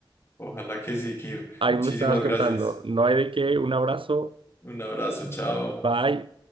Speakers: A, on the left (about 30°); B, on the right (about 90°).
A: Ojalá que sí, Kirk.
B: Ahí
A: Muchísimas
B: me estabas contando,
A: gracias.
B: no hay de qué, un abrazo,
A: Un abrazo, chao.
B: bye.